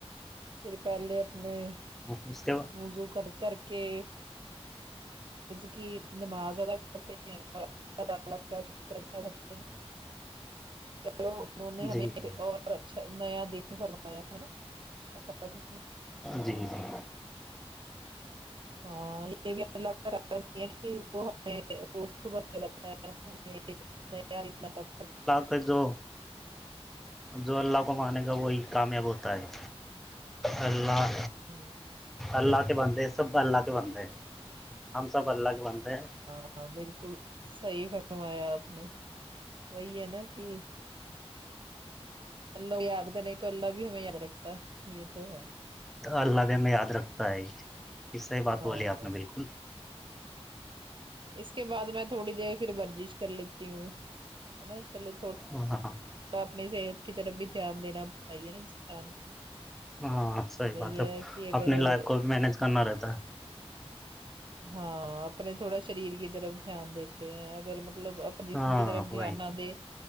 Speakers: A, on the right; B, in the centre.
A: پھر پہلے اپنے
B: اس کے ب
A: موزو کر کر کے قرض کی نماز ادا کرتے ہیں اور اللہ تعالی کا شکر ادا کرتے ہیں چلو انہوں نے ہمیں
B: جی جی
A: ایک اور اچھا نیا دن فرمایا ہے نا پ کب
B: جی جی
A: ہاں یہ بھی الگ کہ وہ ہمیں صبح سے لگتا ہے ہم ایک تک
B: خجو جو اللہ کو مانے گا وہی کامیاب ہوتا ہے اللہ
A: ہوں
B: اللہ کے بندے سب اللہ کے بندے ہیں ہم سب اللہ کے بندے ہیں
A: ہاں بالکل صحی فرمایا آپ نے وہی ہے نا کہ اللہ یاد کرے تو اللہ بھی ہمیں یاد رکھتا ہے یہ تو ہے
B: اللہب میں یاد رکھتا ہے یہ صحیح بات
A: ہاں
B: بولی آپ نے بالکل
A: اس کے بعد میں تھوڑی دیر پھر ورزش کر لیتی ہوں ہے نا چلو تھڑا
B: ہاں ہاں
A: تو اپنی صحت کی طرف بھی دھیان دینا چاہیے نا انسان کو
B: ہاں صحیح
A: وہی
B: بات ہے
A: کہ اگر
B: اپنی لائف کو بھی مینج کرنا رہتا ہے
A: ہاں اپنے تھوڑا شریر کی طرف دھیان دیتے ہیں اگر مطلب جسم
B: ہاں
A: کی طرف
B: وہی
A: دھیان نہ دے